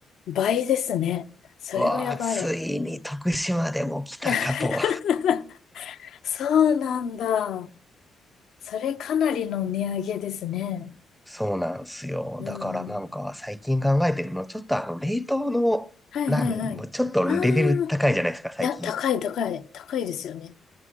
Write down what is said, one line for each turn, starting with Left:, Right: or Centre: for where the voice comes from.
Left: 倍ですね。それはやばい。
Centre: うわあ、ついに徳島でも来たかと。
Left: <laughs> そうなんだ。それかなりの値上げですね。
Centre: そうなんすよ。
Left: うん。
Centre: だからなんか最近考えてるの、ちょっとあの冷凍のラーメンもちょっとレベル高いじゃないですか、
Left: はいはいはい。ああ、
Centre: 最近。
Left: いや、高い高い。高いですよね。